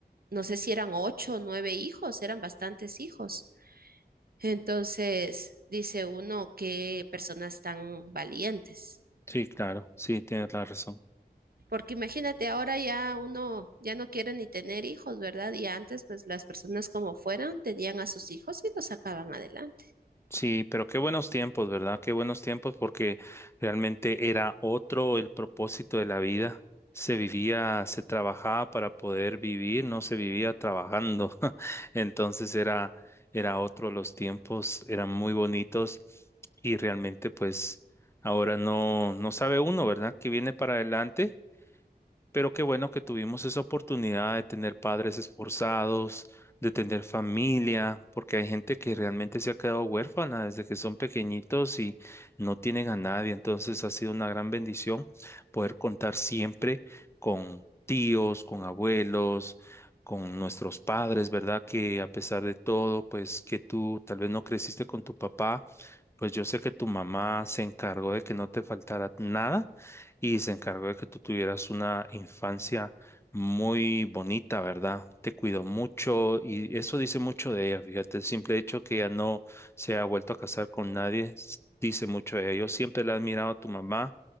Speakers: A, on the right; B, on the left.
A: no sé si eran ocho o nueve hijos, eran bastantes hijos. Entonces, dice uno, qué personas tan valientes.
B: Sí, claro. Sí, tienes la razón.
A: Porque imagínate, ahora ya uno ya no quiere ni tener hijos, ¿verdad? Y antes, pues las personas como fueran, tenían a sus hijos y los sacaban adelante.
B: Sí, pero qué buenos tiempos, ¿verdad? Qué buenos tiempos porque realmente era otro el propósito de la vida. Se vivía, se trabajaba para poder vivir, no se vivía trabajando. <laughs> Entonces era, era otro los tiempos, eran muy bonitos y realmente pues ahora no, no sabe uno, ¿verdad? ¿Qué viene para adelante? Pero qué bueno que tuvimos esa oportunidad de tener padres esforzados, de tener familia, porque hay gente que realmente se ha quedado huérfana desde que son pequeñitos y no tienen a nadie. Entonces ha sido una gran bendición poder contar siempre con tíos, con abuelos, con nuestros padres, ¿verdad? Que a pesar de todo, pues que tú tal vez no creciste con tu papá pues yo sé que tu mamá se encargó de que no te faltara nada y se encargó de que tú tuvieras una infancia muy bonita, ¿verdad? Te cuidó mucho y eso dice mucho de ella, fíjate, el simple hecho que ella no se ha vuelto a casar con nadie s- dice mucho de ella. Yo siempre le he admirado a tu mamá